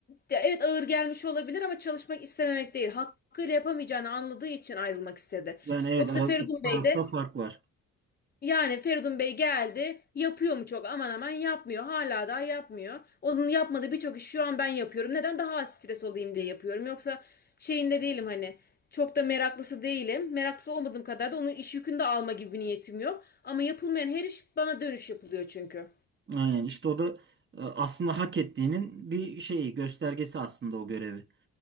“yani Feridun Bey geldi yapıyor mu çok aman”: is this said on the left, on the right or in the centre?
Left